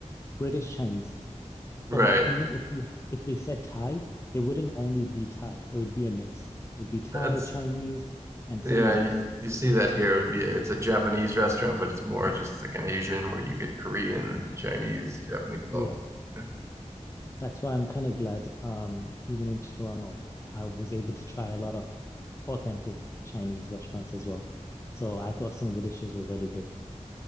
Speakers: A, on the left (about 20°); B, on the right (about 20°).
A: British Chinese.
B: Right.
A: Or even if you if they said Thai, it wouldn't only be Thai, it would be a mix. It would be Thai,
B: That's
A: Chinese, and
B: yeah.
A: something
B: You,
A: else.
B: you see that here. It would be it's a Japanese restaurant,
A: Mm.
B: but it's more just like an Asian where you get Korean, Chinese, Japanese
A: Yeah,
B: all together.
A: that's why I'm kind of glad, um, even in Toronto, I was able to try a lot of authentic Chinese restaurants as well. So I thought some of the dishes were really good.